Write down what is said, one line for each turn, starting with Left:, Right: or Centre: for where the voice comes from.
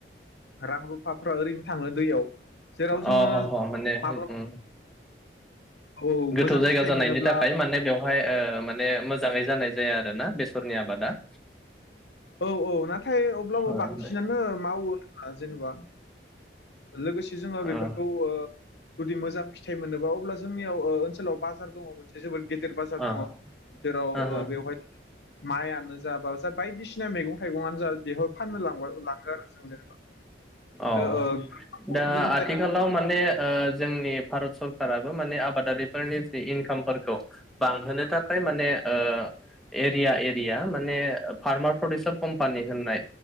Left: रां- रुफा ओरैनो थाङो दैयाव जेराव जोङो
Centre: अ ह ह माने
Left: माब्लाबा
Centre: उम
Left: औ
Centre: गोथौ
Left: मोजां
Centre: जायगा
Left: फिथाइ
Centre: जानायनि
Left: मोनोब्ला
Centre: थाखाय माने बेयाव बेयावहाय माने मोजाङै जानाय जायो आरोना बेसरनि आबादा।
Left: औ औ नाथाय अब्लाबो
Centre: ओ
Left: बांसिनानो
Centre: दे
Left: मावो आरो जेनेबा लोगोसे जोङो बेफोरखौ
Centre: ओ
Left: ओ जुदि मोजां फिथाइ मोनोबा अब्ला जोंनियाव ओनसोलाव बाजार दङ। जोबोद गेदेर बाजार
Centre: ओ
Left: दङ जेराव
Centre: ओ हो
Left: बेवहाय माइानो जाब जा बायदिसिना बिसिना मैगं -थाइगङानो जा <unintelligible> फाननो लां -लाङो आरो। <unintelligible>
Centre: औ
Left: ओ गोबां गुबुन
Centre: दा
Left: गुबुन
Centre: आथिखालाव
Left: जायगा
Centre: माने ओ जोंनि भारत सरकाराबो माने आबादारिफोरनि जि इनकामफोरखौ बांहोनो थाखाय माने ओ एरिया एरिया माने फार्मार प्रडिउसार कम्पानि होननाय